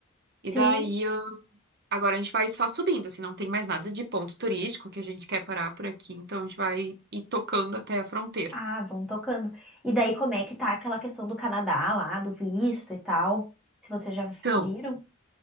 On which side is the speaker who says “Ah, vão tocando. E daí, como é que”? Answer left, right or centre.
Centre